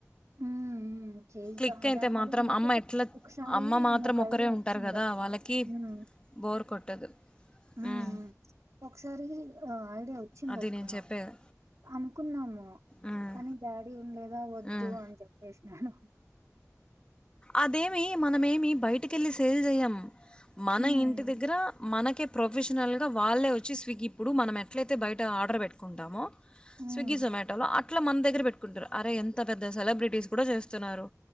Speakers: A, on the right; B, on the left.
A: హ్మ్ ఉ చే
B: క్లిక్
A: అద
B: అయితే
A: అదే
B: మాత్రం
A: అనుకుంటే
B: అమ్మ ఎట్లా
A: ఒకసారి
B: అమ్మ మాత్రం
A: మా
B: ఒకరే
A: ఐడియా వచ్చిందక్క
B: ఉంటారు కదా వాళ్ళకి
A: హ్మ్
B: బోర్ కొట్టదు
A: హ్మ్
B: ఉమ్,
A: ఒకసారి ఐడియా వచ్చింది
B: అది
A: అక్క
B: నేను చెప్పేది
A: అనుకున్నాము
B: ఉమ్,
A: కానీ డాడీ ఉడిదా వద్దు
B: ఉమ్.
A: అని చెప్పేసి నాలో
B: అదేమి మనమేమి బయటికెళ్ళి సేల్ చేయం మన
A: హ్మ్.
B: ఇంటి దగ్గర మనకే ప్రొఫెషనల్గా వాళ్ళే వచ్చి స్విగ్గీ ఇప్పుడు మనం ఎట్లయితే బయట ఆర్డర్ పెట్టుకుంటామో
A: హ్మ్.
B: స్విగ్గి జోమటోలో అట్లా మన దగ్గర పెట్టుకుంటారు అరె ఎంత పెద్ద సెలబ్రిటీలు కూడా చేస్తున్నారు